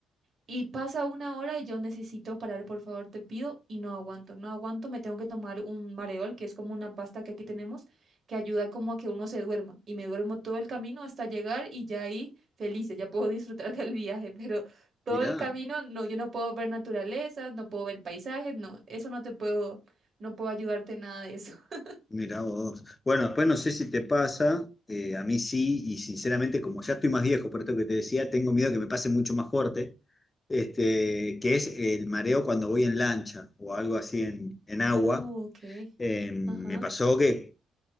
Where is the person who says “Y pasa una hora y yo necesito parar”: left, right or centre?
Right